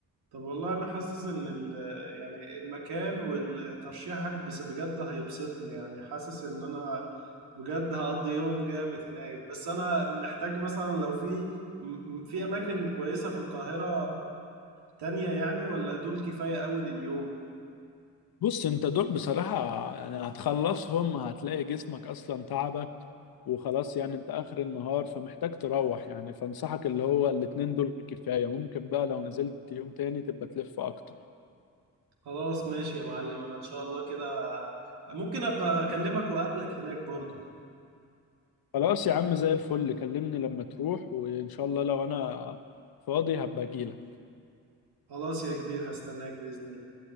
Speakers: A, on the right; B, on the left.
A: طب والله انا حاسس ان ال يعني المكان والترشيحك بس بجد هيبسطني يعني حاسس ان انا بجد هقضي يوم جامد هناك بس انا محتاج مثلا لو في م- م- في اماكن كويسة في القاهرة تانية يعني ولا دول كفاية قوي لليوم
B: بص انت دول بصراحة يعني هتخلصهم هتلاقي جسمك اصلا تعبك وخلاص يعني انت اخر النهار فمحتاج تروح يعني فانصحك اللي هو الاتنين دول كفاية ممكن بقى لو نزلت يوم تاني تبقى تلف اكتر
A: خلاص ماشي يا معلم انا ان شاء الله كده ممكن ابقى اكلمك واقابلك هناك برضو
B: خلاص يا عم زي الفل كلمني لما تروح وإن شاء الله لو أنا فاضي هبقى أجيلك
A: خلاص يا كبير هستناك بإذن الله